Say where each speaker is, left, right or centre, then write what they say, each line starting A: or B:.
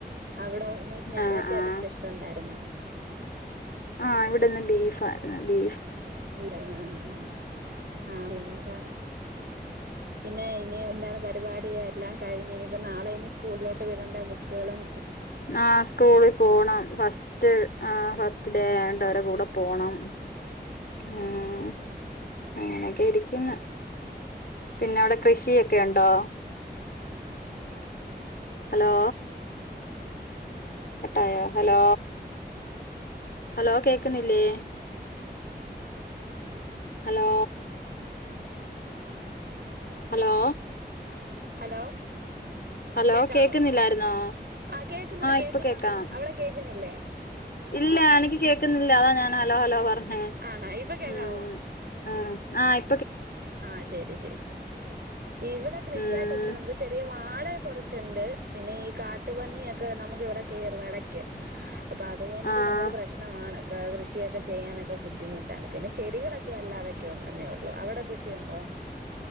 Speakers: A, on the right (about 70°); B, on the left (about 60°).
A: അവിടോ ഇന്ന് ഞായറാഴ്ചയായിട്ട്
B: ആഹ് ആഹ്
A: സ്പെഷ്യല് ഒണ്ടായിരുന്നോ.
B: ആഹ് ഇവിടിന്ന് ബീഫ് ആയിരുന്നു ബീ
A: <unintelligible> ആ ആ ആഹ് പിന്നെന്താണ്? പിന്നെയ് ഇനി എന്താണ് പരിപാടി എല്ലാം കഴിഞ്ഞ് ഇനിപ്പോ നാളെ ഇനി സ്കു സ്കൂളിലോട്ട് വിടണ്ടേ ബുക്ക്കളും.
B: ആ സ്കൂളി പോണം ഫസ്റ്റ് ആ ഫസ്റ്റ് ഡേ ആയൊണ്ട് അവരെ കൂടെ പോണം ഉം അങ്ങനൊക്കെ ഇരിക്കുന്ന് പിന്നെ അവിടെ കൃഷിയൊക്കെ ഒണ്ടോ? ഹലോ കട്ടായോ ഹലോ ഹലോ കേൾക്കണില്ലേ ഹലോ ഹലോ
A: ഹലോ
B: ഹലോ
A: കേക്കാവോ
B: കേക്കുന്നില്ലായിരുന്നോ
A: ആഹ് കേക്കുന്നുണ്ട് കേക്കുന്നുണ്ട്
B: ഇപ്പൊ കേക്കാം
A: അവിടെ കേക്കുന്നില്ലേ.
B: ഇല്ല എനിക്ക് കേക്ക്‌ന്നില്ല അതാ ഞാൻ ഹലോ ഹലോ പറഞ്ഞേ
A: ആണോ ഇപ്പൊ കേക്കാവോ
B: ഉം. ആഹ് ആ ഇ
A: ആഹ് ശരി ശരി ഇവിടെ കൃഷിയായിടൊന്നുല്ല
B: ഉം
A: നമുക്ക് ചെറിയ വാഴ കുറച്ചുണ്ട് പിന്നെ ഈ കാട്ടുപന്നിയൊക്കെ നമുക്ക് ഇവിടെ കയറും ഇടക്ക്. അപ്പം അതുകൊണ്ട്
B: ആഹ്
A: നമുക്ക് പ്രശ്നമാണ്. കൃഷിയൊക്കെ ചെയ്യാനൊക്ക ബുദ്ധിമുട്ടാണ് പിന്നെ ചെടികളൊക്കെ അല്ലാതൊക്കെ ഉണ്ടെന്നേ ഉള്ളൂ അവിടെകൃഷി ഷി യുണ്ടോ